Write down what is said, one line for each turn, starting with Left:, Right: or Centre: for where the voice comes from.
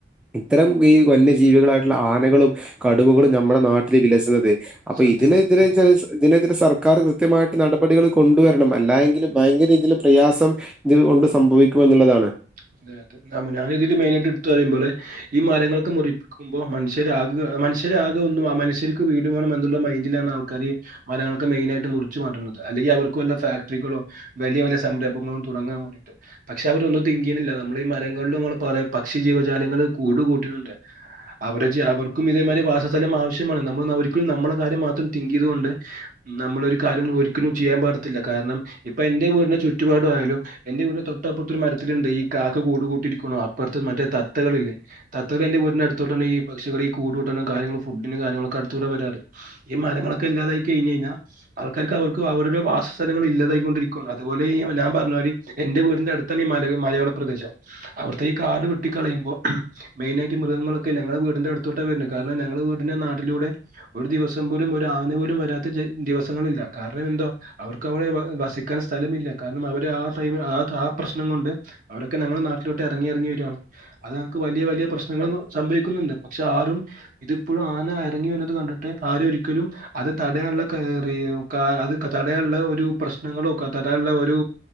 Centre: ഇത്തരം ഈ വന്യജീവികളായിട്ടുള്ള ആനകളും കടുവ നമ്മുടെ
Right: അതെ
Centre: നാട്ടിൽ
Right: അതെ
Centre: വിലസത്
Right: അതെ അതെ
Centre: അപ്പം
Right: സത്യാണ്
Centre: ഇതിനെതിരെ
Right: സത്യാണ്
Centre: സർക്കാർ കൃത്യമായിട്ട് നടപടികൾ കൊണ്ടുവരണം അല്ലെങ്കിൽ ഭയങ്കര രീതിൽ പ്രയാസം ഇത് കൊണ്ട് സംഭവിക്കും എന്നുള്ളതാണ് <inaudible> <inaudible> <inaudible>
Right: അതെ അതെഞീതിൽ മെയിന ആയിട്ട് എടുു പറയുമ്പോള് ഈ മരങ്ങളൊക്കെ മുറിക്കുമ്പോൾ മനുഷ്യരാകെ മനുഷ്യരാകെ ഒന്നും മനുഷ്യർക്ക് വീട് വേണം എന്നുള്ള മൈൻഡില ആാണ് ആൾക്കാാര്ഈ മരങ്ങളൊക്കെ മെയിന ആായിട്ട് മുറിച്ചു മാറ്റുന്നത് അല്ലെങ്കിൽ അവർക്ക് വല്ല അപ്പം ഞാനിതില് മെയ നായിട്ട് ഇട്ത്ത് പറി മ്പോലെ ഈ മമരങ്ങളൊക്കെ ഞാനിതിൽ മെയ് നായ്ട്ട് ഇട്ത്ത് പറയിപള് ഈ മരങ്ങളൊക്കെ മുറിക്കുമ്പൾ മനഷ്യരാകെ ഒന്നും മനുഷ്യർക്ക് വീട് വേണമെന്ന മെയ്ൻ്റിലാണ് ആൾക്കാര് മരങ്ങളൊക്കെ മുറിച്ച് മാറ്റുന്നത് അല്ലങ്കിൽ അവർക്ക് വല്ലഫാക്ടറികളോ വലിയ വലിയ സംരംഭങ്ങളോ തുടങ്ങാൻ വേീട്ട് പക്ഷെ അവരൊന്ന് ' തിങ്ക് ചെയ്യണില്ല നമ്മള ഈ മരങ്ങളില നമ്മൾ പറ പക്ഷി ജീവജാലങ്ങൾ കൂട് കൂട്ടട്ടണ്ട് അവരെ അവർക്കും ഇതേമാതിരി വാസസ്ഥലം ആവശ്യമാണ് നമ്മൾ ഒരിക്കലും നമ്മളെ കാര്യം മാത്രം തിങ്ക് ചെയ്തുകൊണ്ട് നമ്മളൊ ഒരു കാര്യം ഒര് ഒരിക്കലും ചെയ്യാൻ പാടത്തില്ല കാരണം ഇപ്പ എന്റെ വീടിന് ചുറ്റുപാട ആയാലും എന്റെ വീടിന് തൊട്ടപ്പുറത്തൊരു മരത്തി ണ്ട് ഈ കാക്ക കൂട കൂട്ടിരിക്ക അപ്പുറത്തെ മറ്റേ തത്തകളേ തത്തകൾ എന്റെറെ വീടിന്റെ അടുത്തോട്ടാണ് ഈ പക്ഷികൾ ഈ കൂട കൂട്ടണം കാര്യങ്ങളും ഫുഡിനും കാര്യങ്ങളൊക്കെ അടുത്തോടെ വരാറ് ഈ മലങ്ങളൊെല്ലാതായി കഴിഞ്ഞ് കഴിഞ്ഞാ ആൾക്കാർക്ക് അവർക്ക് അവരുടെ വാസസ്ഥലങ്ങ ഇല്ലാതായികൊണ്ടിരിക്ക അതുപോലെ ഞാൻ പറഞ്ഞ എന്റെ വീടിന്റെ അടുത്തന്നെ ഈ മക മലയോര പ്രദേശം അവിത്തെ ഈ കാട് വെട്ട കളയുമ്പോ മെയിനായിട്ട് മൃഗങ്ങളൊക്കെ ഞങ്ങളുടെ വീടിന്റെ അടുത്ത് തോട്ട വരുന്നെ കാരണം ഞങ്ങൾ വീടിന്റെ നാ ൻ്റെ കൂടെ ഒരു ദിവസം പോലും ഒരു ആന പോലും വരാത്ത ദിവസങ്ങളില്ല കാരണം ന്തോ അവർക്ക് അവിടെ വസിക്കാൻ കാൻ സ്ഥലമില്ല കാരണം അവര് ആ ടൈമ് ആ ടാ പ്രശ്നം കൊണ്ട് അവരൊക്കെ ഞങ്ങളെ നാട്ടിലോട്ട് ഇറങ്ങി ഇറങ്ങി വരുയാണ് അത് ഞങ്ങക്ക് വലിയ വലിയ പ്രശ്നങ്ങൾ സംഭവിക്കുന്നുണ്ട് പക്ഷെ ആരും ഇതിപ്പോഴും ആന ഇറങ്ങി വരുന്നത് കണ്ടിട്ട് ആര ഒരിക്കലും അത് തടയാനുള്ള കാര്യം കാ അത് തടയാനുള്ള ഒരു പ്രശ്നങ്ങളും ഒക്കെ തടയാനുള്ള ഒരു